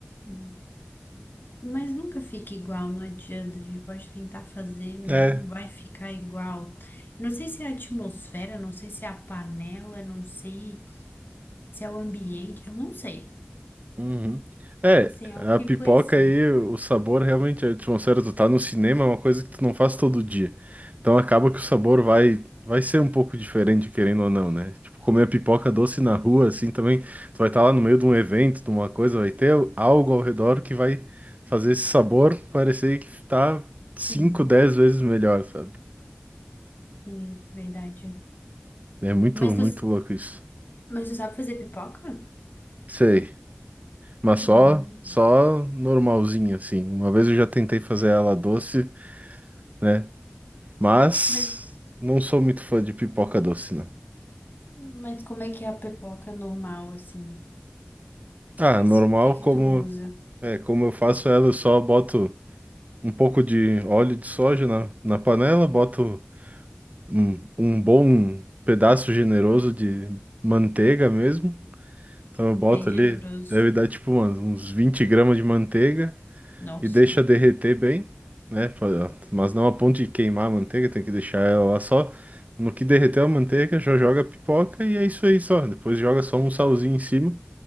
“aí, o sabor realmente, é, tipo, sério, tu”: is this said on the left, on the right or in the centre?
Right